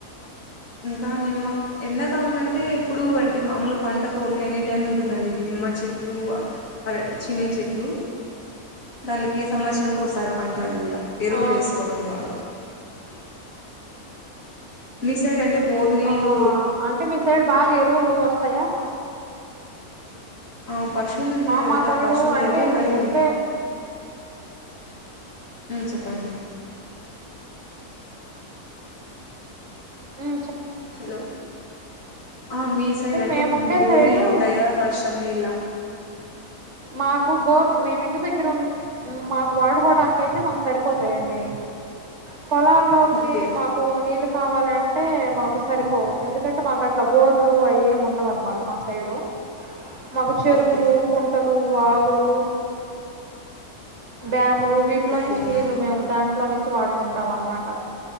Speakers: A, on the left; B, on the right.
A: ఇంకా నిమ్మ ఎండాకాలం అంటే ఇప్పుడు అంటే మామూలు పంట తోట్లు ఎనీ టైము ఉంటుందండి, ఇవి నిమ్మ చెట్లు అరట్ చినీ చెట్లు దానికి సంవత్సరానికి ఒకసారి పంట అది కూడా. ఎరువులు
B: ఆ
A: వేస్కోవాలి బాగా మీ సైడ్ అంటే బోర్ నీళ్లు
B: ఆ అంటే మీ సైడ్ బాగా ఎరువులు వస్తాయా.
A: ఆ పశువులు ఉంటాయి కదండి
B: మా సైడు
A: ఆ పశువులువే
B: అంటే
A: మళ్ళీ
B: ఉండే
A: మేము ఉం చెప్పండి.
B: ఉం
A: హలో ఆ మీ సైడ్ అంటే
B: మేముండే
A: బోర్
B: సైడు
A: నీళ్ళు ఉంటాయా వర్షం నీలు
B: మాకు బోర్ మేమి ఇంటి దగ్గర మాకు వాడుకోవడానికి అయితే మాకు సరిపోతాయండి. పొలాల్లోకి
A: ఓకే
B: మాకు నీళ్లు కావాలి అంటే మాకు సరిపోవు ఎందుకంటే మాకు అట్లా బోర్లు అవి ఏమి ఉండవు. అన్నమాట మా సైడు మాకు చెరువులు
A: ఓకే
B: వాగులు, డ్యాములు. వీటిలో
A: ఓకే
B: నుంచి నీళ్లు మేము దాంట్లో నుంచి వాడుకుంటాం అనమాట.